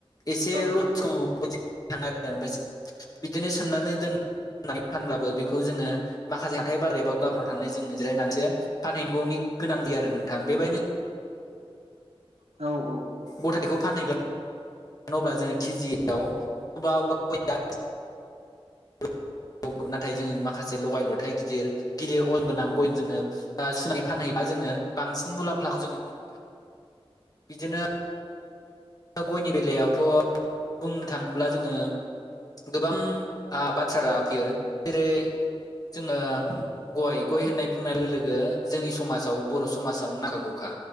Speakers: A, on the left; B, on the right.
A: एसे
B: औ औ
A: लसखौ ब थाङो आरो ओमफ्राय <unintelligible> बिदिनो सोमनानै दोननानै फानब्लाबो बेखौ जोङो माखासे हाथाय बाजार एबा गलाफ्राव थांनानै जों जिरायनानै फानहैनांगौनि गोनां आरो नोंथां बेबायदिनो
B: औ
A: गथायखौ फानहैगोन अब्ला जोङो केजियाव अबेबा अबेबा गया <unintelligible> <unintelligible> नाथाय जोङो माखासे लगाय लथाइ गिदिर गिदिर अजन गोनां गय जोङो बा सुनाय फानहैबा जोङो बांसिन मुलाम्फाखौ जोङो मोनो बिदिनो दा गयनि बेलायावथ' बुंनो थाङोब्ला जोङो गोबां बाथ्रा फैयो जेरै जोङो गय गय होननाय बुंनाय लोगो लोगो जोंनि समाजाव बर' समाजावनो नांखागौखा